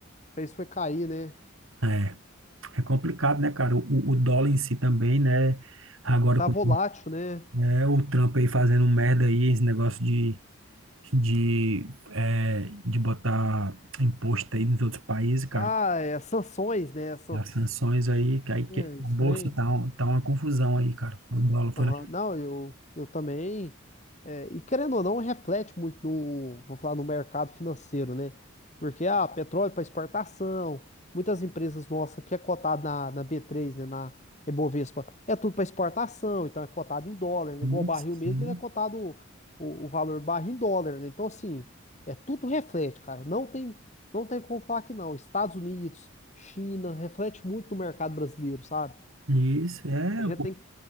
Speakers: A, on the left; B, on the right.
A: Fez foi cair, né?
B: É, é complicado, né, cara? O, o dólar em si também, né? Agora
A: Tá
B: com
A: volátil, né?
B: é, o Trump aí fazendo merda aí, esse negócio de, de, é, de botar imposto aí nos outros países, cara.
A: Ah, é sanções, né? Essa-
B: As sanções aí, que aí
A: É,
B: que
A: estranho.
B: a bolsa tá, um- tá uma confusão aí, cara. O dólar foi
A: Aham.
B: lá.
A: Não, eu, eu também. é, e querendo ou não, reflete muito no, vou falar, no mercado financeiro, né? Porque ah, petróleo para exportação, muitas empresas nossas que é cotado na, na B3, né, na Ibovespa, é tudo para exportação, então é cotado em dólar, né?
B: Sim,
A: Igual o barril
B: sim.
A: mesmo, ele é cotado o, o, o valor do barril em dólar, né? Então, assim, é tudo reflete, cara. Não tem, não tem como falar que não. Estados Unidos, China, reflete muito no mercado brasileiro, sabe?
B: Isso, é.
A: A gente
B: pô.
A: tem.